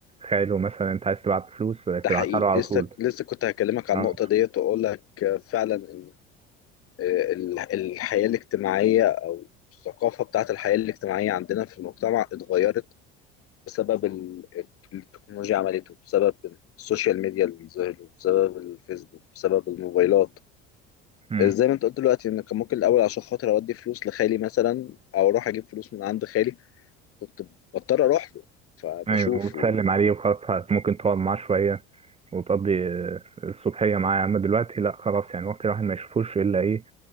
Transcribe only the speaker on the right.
خاله مثلا أنت عايز تبعت فلوس آه، تبعتها
له على
طول
آه،
مم.
أيوه وتسلم عليه وخلاص ممكن تقعد معاه شوية وتقضي آه، الصبحية معاه أما دلوقتي لأ خلاص يعني ممكن الواحد ما يشوفوش إلا إيه